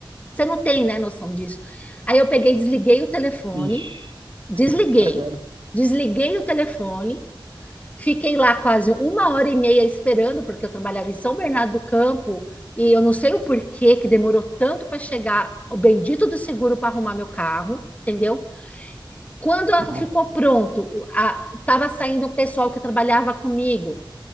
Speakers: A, on the left; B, on the right.
A: Você não tem, né, noção disso. Aí eu peguei, desliguei o telefone,
B: Ixi,
A: desliguei,
B: agora.
A: desliguei o telefone Fiquei lá quase uma hora e meia esperando, porque eu trabalhava em São Bernardo do Campo, e eu não sei o porquê que demorou tanto para chegar o bendito do seguro para arrumar meu carro, entendeu? Quando a-
B: Ó,
A: ficou pronto, estava saindo o pessoal que trabalhava comigo.